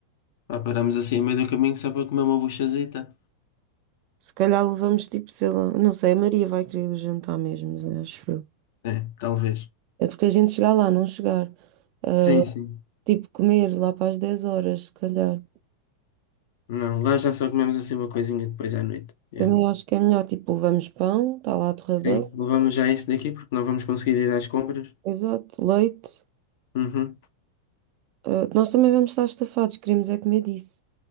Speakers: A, on the left; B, on the right.
A: Pá, paramos assim a meio do caminho só para comer uma buchazita?
B: Se calhar levamos tipo, sei lá, não sei, a Maria vai querer o jantar mesmo, né, acho eu.
A: É, talvez.
B: É porque a gente chegar lá, não chegar. Ah,
A: Sim, sim.
B: tipo, comer lá para as dez horas, se calhar.
A: Não, lá já só comemos assim uma coisinha depois à noite. Yeah.
B: Também acho que é melhor, tipo, levamos pão, está lá a torradeira,
A: Sim, levamos já isso daqui porque não vamos conseguir ir às compras.
B: exato, leite.
A: Uhum.
B: Ah, nós também vamos estar estafados, queremos é comer disso.